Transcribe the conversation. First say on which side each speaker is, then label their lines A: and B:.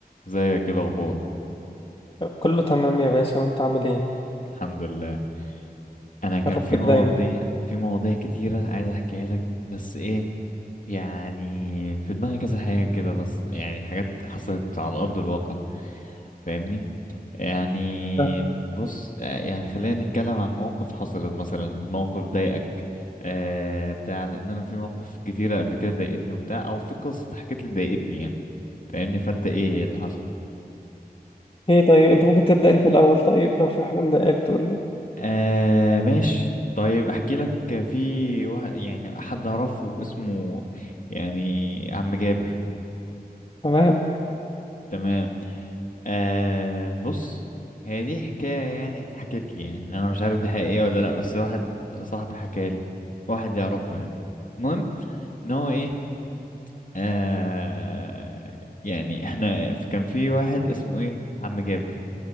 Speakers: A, on the left; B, on the left.
A: ازيك ايه الاخبار
B: كله تمام يا باشا وانت عامل ايه
A: الحمد لله انا كان
B: يا رب
A: في مواضيع
B: دايما
A: في مواضيع كتيره عايز احكيها لك بس ايه يعني في دماغي كذا حاجه كده بس يعني حاجات حصلت على ارض الواقع فاهمني يعني
B: تمام.
A: بص آه، يعني خلينا نتكلم عن موقف حصلت مثلا موقف ضايقك آه بتاع لان انا في مواقف كتيره قبل كده ضايقتني وبتاع او في قصه حكيت لي ضايقتني يعني فاهمني فانت ايه اللي حصل
B: ايه طيب انت ممكن تبدأ انت الاول طيب لو في حاجة مضايقاك تقول لي
A: آه ماشي طيب احكي لك في واحد يعني حد اعرفه اسمه يعني عم جابر
B: تمام
A: تمام آه بص هي دي حكاية يعني اتحكت لي يعني انا مش عارف دي حقيقية ولا لا بس واحد صاحبي حكى لي واحد يعرفه يعني المهم ان هو ايه آه يعني احنا ف- كان في واحد اسمه ايه عم جابر